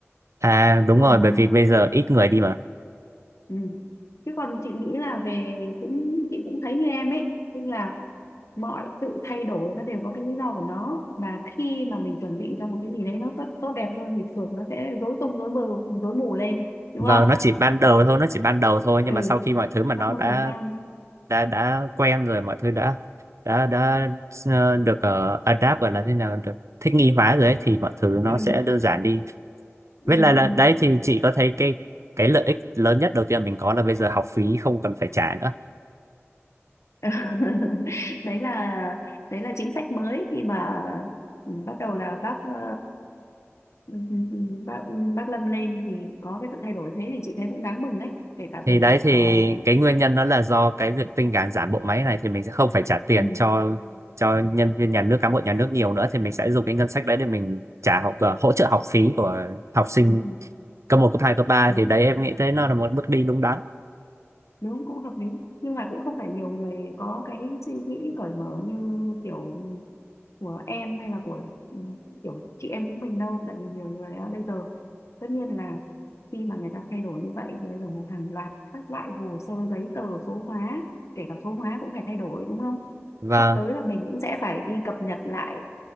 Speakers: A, on the right; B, on the left.
A: à đúng
B: còn
A: rồi bởi vì bây giờ ít
B: ừ.
A: người đi mà
B: ừ. chứ còn chị nghĩ là về cũng chị cũng thấy như em ấy tức là mọi sự thay đổi nó đều có cái lý do của nó và khi mà mình chuẩn bị cho một cái gì đấy nó tốt tốt đẹp hơn thì thường nó sẽ rối tung rối mù rối mù lên đúng
A: vâng
B: không
A: nó chỉ ban đầu thôi nó chỉ ban đầu thôi nhưng
B: ừ
A: mà sau khi mọi thứ mà
B: mất
A: nó
B: một
A: đã
B: thời gian
A: đã đã quen rồi mọi thứ đã đã đã ờ, được ờ, adapt gọi là thế nào được thích nghi hóa rồi ấy, thì mọi thứ nó
B: ừ
A: sẽ đơn giản đi
B: ừ
A: với lại là
B: ừ
A: đấy thì chị có thấy cái cái lợi ích lớn nhất đầu tiên mình có là bây giờ học phí không cần phải trả nữa
B: <laughs> đấy là đấy là chính sách mới khi mà ừ, bắt đầu là bác ờ, ừ, ừ, ừ, bác ừ, bác Lâm lên thì có cái sự thay đổi thế thì chị thấy cũng đáng mừng đấy kể cả
A: thì
B: về
A: đấy
B: việc
A: thì
B: ờ,
A: cái nguyên nhân đó là do cái việc tinh giản giảm bộ máy này thì mình sẽ không phải trả tiền
B: ừ,
A: cho cho nhân viên nhà nước cán bộ nhà nước nhiều nữa thì mình sẽ dùng cái ngân sách đấy để mình trả học ờ, hỗ trợ học phí của học sinh
B: ừ,
A: cấp một cấp hai cấp ba
B: đúng
A: thì đấy em nghĩ thấy nó là một bước đi đúng đắn
B: đúng cũng hợp lý nhưng mà cũng không phải nhiều người có cái suy nghĩ cởi mở như kiểu của em hay là của ừ, kiểu chị em chúng mình đâu tại vì nhiều người á, bây giờ tất nhiên là khi mà người ta thay đổi như vậy thì bây giờ một hàng loạt các loại hồ sơ giấy tờ số hóa kể cả số hóa cũng phải thay đổi đúng không
A: và
B: sắp tới là mình cũng sẽ phải đi cập nhật lại